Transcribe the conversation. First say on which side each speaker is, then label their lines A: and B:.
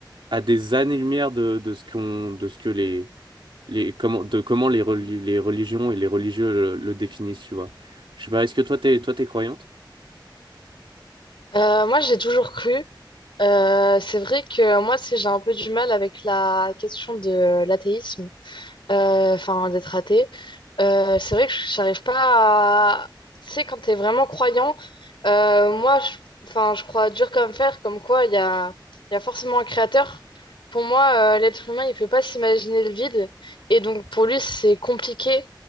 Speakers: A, on the right; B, on the left.
A: à des années-lumière de, de ce qu'on, de ce que les, les, comment, de comment les, reli- les religions et les religieux le, le définissent, tu vois. Je sais pas, est-ce que toi, t'es, toi, t'es croyante?
B: Euh, moi, j'ai toujours cru. Euh, c'est vrai que moi, c'est- j'ai un peu du mal avec la question de euh, l'athéisme. euh, enfin d'être athée. Euh, c'est vrai que j'arrive pas à... Tu sais, quand t'es vraiment croyant, euh, moi, je, enfin, je crois dur comme fer, comme quoi il y a, il y a forcément un créateur. Pour moi, euh, l'être humain, il peut pas s'imaginer le vide. Et donc, pour lui, c'est compliqué